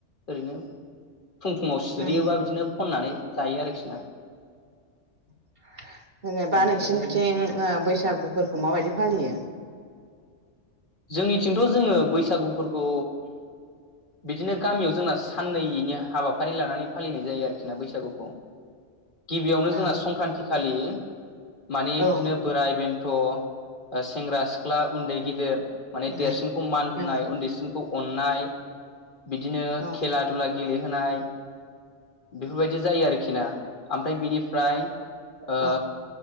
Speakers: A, on the left; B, on the right.
A: ओरैनो फुं फुुंङाव सिरियोबा
B: उम
A: बिदिनो खननानै जायो आरोखि ना
B: <inaudible> जेनेबा
A: ओमफ्रायो
B: नोंसिनिथिं ओ बैसाग सागुफोरखौ माबायदि फालियो?
A: जोंनिथिंथ' जोङो बैसागुफोरखौ बिदिनो गामियाव जोंना साननैनि हाबाफारि लानानै फालिनाय जायो आरोखि ना बैसागुखौ गिबियावनो
B: औ
A: जोंना संक्रान्ति खालि माने
B: औ
A: बिदिनो बोराइ बेन्थ' सेंग्रा सिख्ला उन्दै गिदिर माने
B: उम
A: देरसिनखौ मान होनाय
B: औ
A: उन्दैसिनखौ अननाय बिदिनो
B: औ
A: खेला दुला गेलेहोनाय बेफोरबायदि जायो आरोखि ना अमफ्राय बिनिफ्राय ओ
B: औ